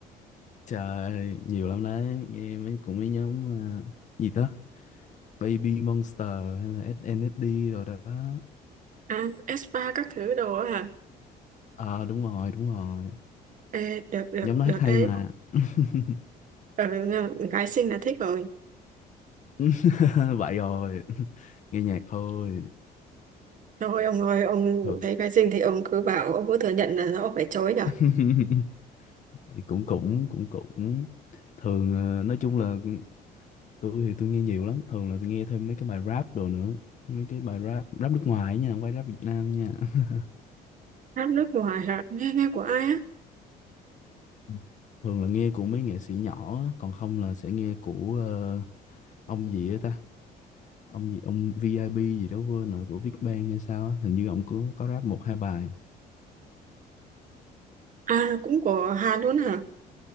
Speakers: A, on the left; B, on the right.
A: Trời, nhiều lắm đấy. Nghe mấy cũng mấy nhóm à, gì đó? Baby Monster hay là SNSD rồi đó.
B: À, aespa các thứ đồ á hả?
A: Ờ đúng rồi, đúng rồi.
B: Ê, được được
A: Nhóm nó
B: được
A: hát hay
B: đấy.
A: mà. <laughs>
B: Ờ, nghe- gái xinh là thích rồi.
A: <laughs> vậy rồi <laughs> nghe nhạc thôi
B: thôi ông ơi, ông
A: thường
B: thấy cái gì thì ông cứ bảo, ông cứ thừa nhận là ông phải chối nhở.
A: <laughs> thì cũng cũng cũng cũng thường ờ, nói chung là tôi thì tôi nghe nhiều lắm thường là tôi nghe thêm mấy cái bài rap đồ nữa mấy cái bài rap rap nước ngoài ấy nha không phải rap Việt Nam nha <laughs>
B: Hát nước ngoài hả? Nghe nghe của ai á?
A: Ừ. thường là nghe của mấy nghệ sĩ nhỏ á, còn không là sẽ nghe của ờ, ông gì á ta ông gì ông VIP gì đó quên rồi của Big Bang hay sao á hình như ông có có rap một hai bài
B: À cũng của Hàn luôn hả?